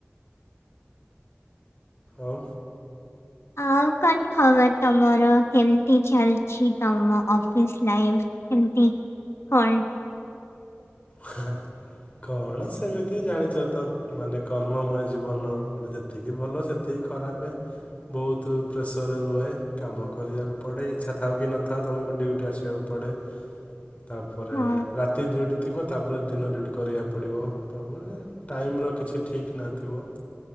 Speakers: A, on the left; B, on the left.
A: ଆଉ।
B: ଆଉ କଣ ଖବର ତମର କେମିତି ଚାଲଚି? ତମ ଅଫିସ୍ ଲାଇଫ୍ କେମିତି କଣ?
A: ହେ କଣ ସେମିତି ଜାଣିଚ ତ ମାନେ କର୍ମମୟ ଜୀବନ ମାନେ ଯେ ଯେତିକି ଭଲ ସେତିକି ଖରାପେ। ବହୁତୁ ପ୍ରେସର ରେ ରୁହେ। କାମ କରିବାକୁ ପଡ଼େ ଇଚ୍ଛା ଥାଉ କି ନଥାଉ ତମକୁ ଡ୍ୟୁଟି ଆସିବାକୁ ପଡ଼େ। ତା ପରେ
B: ହଁ
A: ରାତି ଡ୍ୟୁଟି ଥିବ ତାପରେ ଦିନ ଡ୍ୟୁଟି କରିବା ପଡ଼ିବ। ତାପରେ ଟାଇମ୍ ର କିଛି ଠିକ୍ ନା ଥିବ।